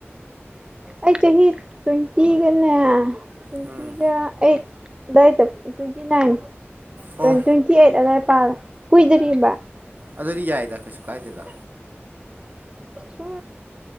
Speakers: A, on the right; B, on the right.
A: ꯑꯩ ꯆꯍꯤ ꯇ꯭ꯋꯦꯟꯇꯤꯒꯅꯦ ꯇ꯭ꯋꯦꯟꯇꯤꯒ
B: ꯎꯝ
A: ꯑꯩꯠ ꯑꯏꯗ ꯇ꯭ꯋꯦꯟꯇꯤ ꯅꯥꯏꯟ
B: ꯑꯣ
A: ꯇ꯭ꯋꯦꯟꯇꯤ ꯑꯩꯠ ꯑ ꯄ ꯀꯨꯏꯗꯔꯤꯕ
B: ꯑꯗꯨꯗꯤ ꯌꯥꯏꯗ ꯀꯩꯁꯨ ꯀꯥꯏꯗꯦꯗ
A: ꯁꯨꯝ